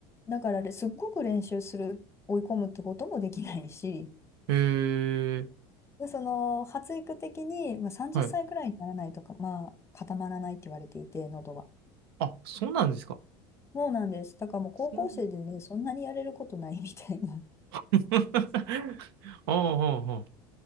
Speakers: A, on the left; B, on the right.
A: だかられすっごく練習する、追い込むってこともできないし、
B: へえ
A: で、その発育的に、まあ、30歳くらいにならないとか、
B: はい。
A: まあ、固まらないって言われていて、喉は。
B: あ、そうなんですか。
A: そうなんです。だからもう高校生でね、
B: うん
A: そんなにやれることないみたいな。
B: <laughs> ああ、ああ、あ